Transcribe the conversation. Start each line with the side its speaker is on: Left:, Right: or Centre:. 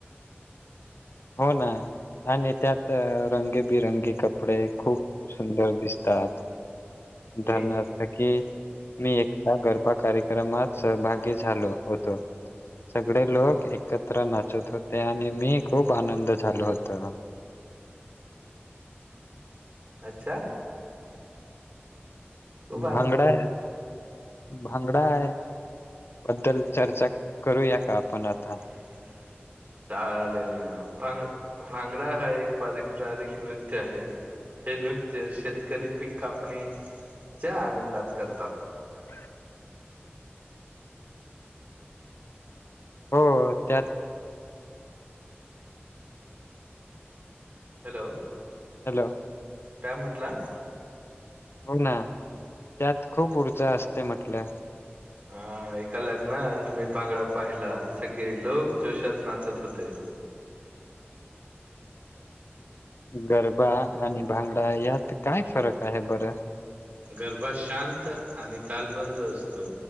Left: हो ना. आणि त्यात रंगेबिरंगी कपडे खूप सुंदर दिसतात. उदाहरणार्थ
Right: मी
Left: की मी एकदा गरबा कार्यक्रमात सहभागी झालो होतो. सगळे लोक एकत्र नाचत होते आणि मी खूप आनंद झालो होतो.
Right: अच्छा. खूप आनंद
Left: भागडा
Right: झा
Left: आहे. भांगडा आहे, बद्दल चर्चा करूया का आपण आता.
Right: <inaudible> चालेल ना भांग भांगडा हा एक पारिकपारिक नृत्य आहे. ते नृत्य शेतकरी पीक कापणे च्या आनंदात करतात.
Left: <inaudible> हो त्यात
Right: हॅलो.
Left: हॅलो.
Right: काय म्हटलास.
Left: हो ना त्यात खूप ऊर्जा असते म्हटलं.
Right: हा एका लग्नात मी भांगडा पाहिला सगळे लोक जोशात नाचत होते.
Left: गरबा आणि भांगडा यात काय फरक आहे बरं.
Right: गरबा शांत आणि तालबंद असतो.